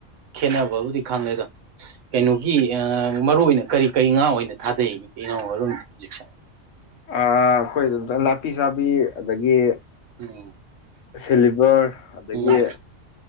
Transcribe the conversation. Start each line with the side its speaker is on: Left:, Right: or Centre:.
Right: ꯈꯦꯠꯅꯕꯕꯨꯗꯤ ꯈꯪꯂꯦ ꯑꯗꯣ ꯀꯩꯅꯣꯒꯤ ꯑ ꯃꯔꯨꯏ ꯑꯣꯏꯅ ꯀꯔꯤ ꯀꯔꯤ ꯉꯥ ꯑꯣꯏꯅ ꯊꯥꯗꯩ ꯏꯅꯥꯎꯔꯣꯝꯗ ꯍꯧꯖꯤꯛꯁꯦ
Left: ꯑ ꯑꯩꯈꯣꯏꯗꯨꯘ ꯅꯥꯄꯤ ꯆꯥꯕꯤ ꯑꯗꯒꯤ
Right: ꯎꯝ
Left: ꯁꯤꯜꯚꯔ ꯑꯗꯒꯤ
Right: ꯎꯝ